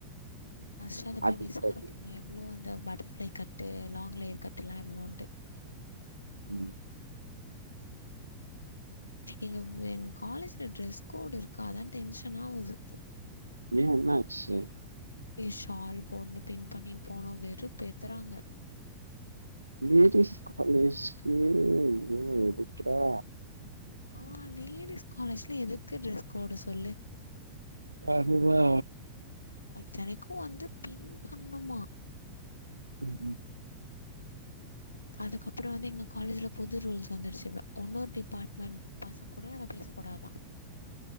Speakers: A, on the left (about 80°); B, on the right (about 80°).
A: ஃபஸ்ட்டு அதை போய்
B: அதுக்கு
A: விசாரிக்கணு
B: பதில்
A: எவ்வளோ அந்த பட்டர்ஃப்ளை கட்டு லாங் லேயர் கட்டுலா எவ்வளோண்டு
B: ம்
A: ஏங்க எங் காலேஜ்ல ட்ரெஸ் கோடு இருக்கு அதா டென்ஷா ஆவுது
B: ஏ என்னாச்சு
A: ஏ ஷால் போட்னு பின் பண்ணின் போணு வெறுப் பேத்தறாங்க
B: லேடீஸ் காலேஜ்க்கே இவ்ளோ இருக்கா
A: ஆ லேடிஸ் காலேஜ்ல எதுக்கு டிரெஸ் கோடு சொல்லு
B: அதுதா
A: அத்தனைக்கு வந்து பின் பண்ணும்மா
B: உ உம்
A: அதுக்கப்புறோ வந்து எங்க காலேஜ்ல புது ரூல்ஸ் வந்துருச்சு இப்ப உன்னொரு டிபார்ட்மெண்ட் பசங்க கூட பேச கூடாதா